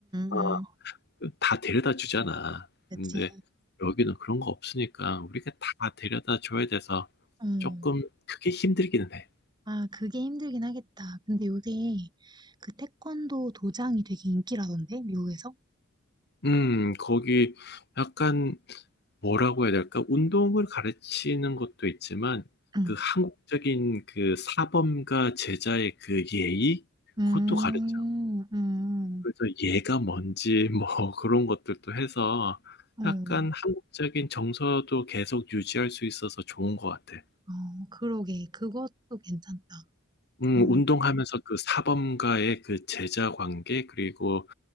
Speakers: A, on the left; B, on the right.
A: 아,
B: 음. 음.
A: 다 데려다 주잖아.
B: 그치.
A: 근데 여기는 그런 거 없으니까 우리가 다 데려다 줘야 돼서
B: 음.
A: 조금 그게 힘들기는 해.
B: 아, 그게 힘들긴 하겠다. 근데 요새 그 태권도 도장이 되게 인기라던데, 미국에서?
A: 음, 거기 약간 뭐라고 해야 될까? 운동을 가르치는 것도 있지만
B: 응.
A: 그 한국적인 그 사범과 제자의 그 예의
B: 음,
A: 그것도 가르쳐.
B: 음, 음.
A: 그래서 얘가 뭔지 뭐 <laughs> 그런 것들도 해서
B: 응.
A: 약간 한국적인 정서도 계속 유지할 수 있어서 좋은 것 같아.
B: 어 그러게. 그것도 괜찮다.
A: 음,
B: 어,
A: 운동하면서 그 사범과의 그 제자 관계, 그리고,